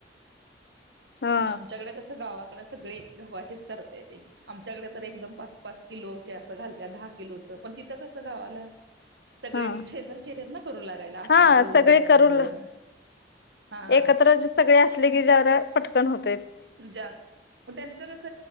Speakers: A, on the left; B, on the right.
A: हा
B: आमच्याकडे कस गावाकडे सगळे गव्हाचेचं करत्याती आम च्या कडं तर एकदम पाच -पाच किलो असं घालत्यात दहा किलोचं पण तिथं कसं गावाला सगळे
A: हा.
B: शेजारचे येत्यात ना करू लागायला, आज
A: हा
B: तुझ उद्या
A: सगळे
B: माझं.
A: करून
B: हा
A: एकत्र सगळे असले की ज्यादा पटकन होत.
B: <unintelligible> त्यांच कस